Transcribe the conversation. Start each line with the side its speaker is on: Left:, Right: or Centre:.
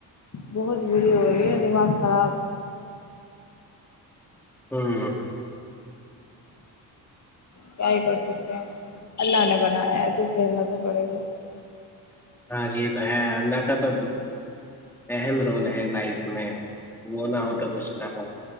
Left: بہت بری ہو رہی ہے دماغ خراب
Centre: ہوں
Left: کیا ہی کر سکتے ہیں اللہ نے بنایا ہے تو سھیلنا تو پڑے گا <unintelligible>
Centre: ہاں جی یہ تو ہے اللہ کا تو اہم رول ہے لائف میں وہ نہ ہو تو کچھ نہ ہو